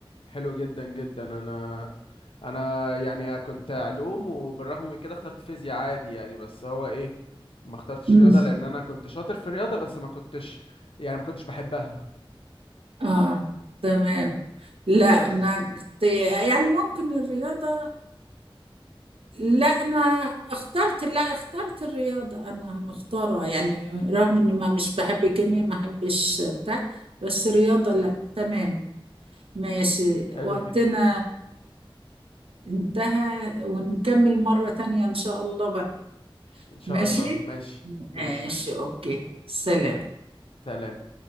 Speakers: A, on the left; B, on the right.
A: حلو جدا جدا انا انا يعني كنت علوم وبالرغم من كده اخترت فيزياء عادي يعني بس هو ايه ما اخترتش
B: امم
A: رياضة لان انا كنت شاطر في الرياضة بس ما كنتش يعني ما كنتش بحبها
B: اه تمام لا
A: بس
B: انا كنت يعني ممكن الرياضة لا انا اخترت لا اخترت الرياضة انا مختارة يعني رغم اني ما مش بحب كيمياء ما بحبش بتاع بس رياضة لا تمام ماشي
A: حلو
B: وقتنا
A: جدا
B: انتهى ونكمل مرة تانية ان شاء الله بقى
A: ان شاء
B: ماشي
A: الله ماشي
B: ماشي
A: ماشي
B: اوكي سلام
A: سلام